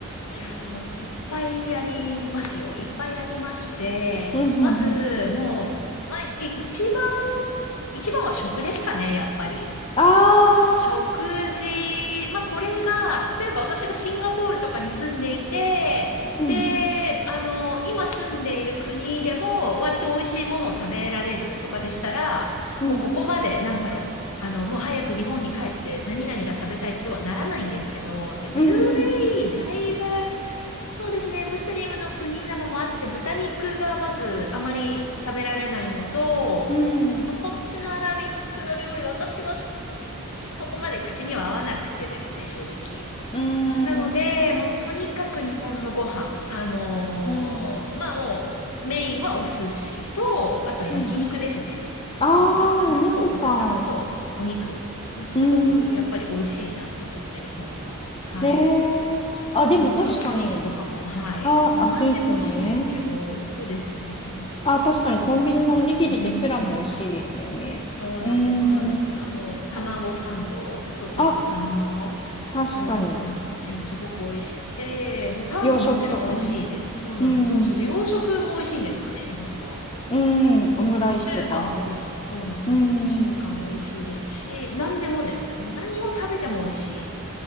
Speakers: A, on the left; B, on the left.
A: いやーもういっぱいありますよ。いっぱいありまして、
B: うんうんうん。
A: まず、もう、まあ、い一番、一番は食ですかね、やっぱり。
B: ああ、
A: 食事、まあ、これが、例えば私がシンガポールとかに住んでいて、
B: うん、
A: で、あの、今住んでいる国でも割と美味しいものを食べられるとかでしたら、
B: うん、
A: もうここまで、なんだろう、あの、もう早く日本に帰って何々が食べたいってはならないんですけど、やっぱ UAE
B: うん、うん、
A: だいぶそうですね。ムスリムの国なのもあって、豚肉がまずあまり食べられないのと、
B: うん、
A: まあ、こっちのアラビックの料理、私はそそこまで口には合わなくてですね、正直。
B: うん、
A: なので、もうとにかく日本のご飯、あのーまあもうメインはお寿司と、
B: うん、
A: あと焼肉ですね。
B: うん。ああ
A: もう魚と、
B: ー、お肉か。
A: お魚とお肉がすごくやっぱり美味しいなと思って、
B: うん
A: 日本の。はい。
B: ねえ。あ、でも確かに。
A: いや、もちろんスイーツとかも、はい。
B: ああ、
A: もう何でも美味しいんですけど、
B: スイーツもね。
A: そうですね。
B: あ、確かにコンビニのおにぎりですらも美味しいですよね。
A: お、お魚。うん。そうなんで、
B: うー
A: そうなんです。
B: ん。
A: あの、卵サンド、特にファミマの
B: あ、確かに。
A: 卵サンドも、いや、すごく美味しくて、もうパンももちろん美味しいです。
B: 洋食とかね。
A: そうなんです。
B: うん。
A: そうそうそう、洋食も美味しいんですよね、日本の。
B: うん。オムライスとか。
A: もう中華も美味しい。そうなんです。
B: うん。
A: 中華も美味しいですし、何でもです。もう何を食べても美味し